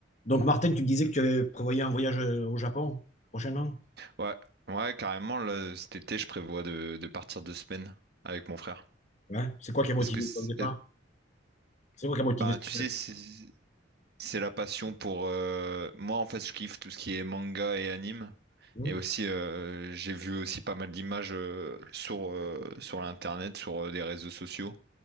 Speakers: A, on the left; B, on the right.
A: Donc, Martin, tu me disais que tu avais prévoyé un voyage euh, au Japon prochainement?
B: Ouais, ouais, carrément, là, cet été, je prévois de, de partir deux semaines avec mon frère.
A: Ouais. C'est quoi qui a motivé
B: Est-ce que, c'est-
A: ton départ?
B: euh,
A: C'est quoi qui a motivé
B: bah,
A: ce
B: tu sais,
A: voyage
B: c'est c'est la passion pour, euh, moi, en fait, je kiffe tout ce qui est manga et anime.
A: Hmm
B: Et aussi, euh, j'ai vu aussi pas mal d'images euh, sur, euh, sur l'internet, sur euh, des réseaux sociaux.